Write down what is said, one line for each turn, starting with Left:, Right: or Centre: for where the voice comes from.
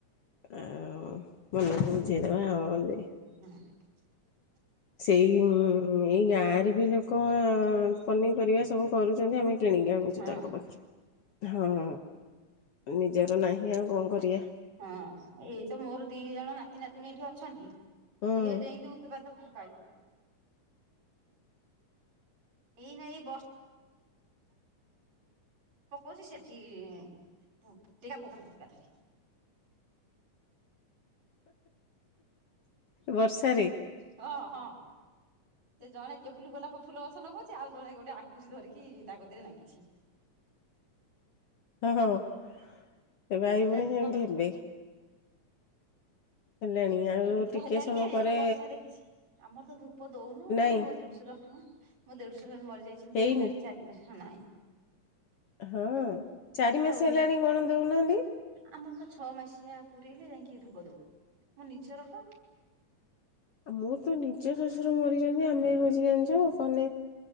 Left: ଆଉ ମନକୁ ବୁଝେଇଦବା ଅନ୍ତି।
Right: <unintelligible>
Left: ସେଇ ଏଇ ଗାଁରେ ବି ଲୋକ ପନିପରିବା ସବୁ କରୁଚନ୍ତି ଆମେ କିଣିକି ଆଣୁଚୁ
Right: ହଁ
Left: ତାଙ୍କ ପାଖରୁ ହଁ। ନିଜର ନାହିଁ ଆଉ କଣ କରିବା
Right: ହଁ ଏଇ ତ ମୋର ଦି ଦି ଜଣ ନାତି ନାତୁଣୀ ଏଇଠି ଅଛନ୍ତି
Left: ହୁଁ
Right: ସିଏ ଯେମିତି ଉତୁପାତ ପାଇପ୍ ଏଇ ନା ଏଇ ବ ପକଉଚି ସେଚି ପୁ ସେଇଟା <unintelligible> ଥରେ
Left: ବର୍ଷାରେ
Right: ହଁ ହଁ। ସେ ଜଣେ ଟେବୁଲ ଗୋଳପ ଫୁଲ ଗଛ ନଗୋଉଚି ଆଉ ଜଣେ ଗୋଟେ ଆଙ୍କୁସି ଧରି କି ତା କତିରେ ନାଗିଛି।
Left: ଓ ହୋ ଏ ଭାଇ
Right: ଏଇନା
Left: ଭଉଣୀ
Right: ଧୂପ
Left: ସେମିତି ହେବେ। ହେଲେଣି ଆଉ
Right: ଏଁ କେତେଟା
Left: ଟିକେ
Right: ହେଲାଣି
Left: ସମୟ
Right: କେ
Left: ପରେ
Right: ଏଟା ବର୍ଷା ଦେଖିଚି। ଆମର ତ ଧୂପ ଦୋଉନୁ ଆଉ
Left: ନାଇଁ
Right: ମୋ ଦେଢଶୁର ହଁ ମୋ ଦେଢଶୁର ମରିଯାଇଚନ୍ତି
Left: ହେଇନି
Right: ହେଲାଣି ଚାରି ମାସ। ହେଲାଣି।
Left: ହଁ ଚାରି ମାସ
Right: ଆଉ
Left: ହେଲାଣି କଣ ଦୋଉ ନାହାନ୍ତି?
Right: ଆମର ପା ଛଅ ମାସିଆ ପୁରଇଲେ ଯାଇଁକି ଧୂପ ଦୋବୁ ମୁଁ ନିଜର ପା
Left: ମୁଁ ତ ନି ଜ ଶଶୁର ମରିଚନ୍ତି ଆମେ ହୋଉଚି ଜାଣିଚ ମାନେ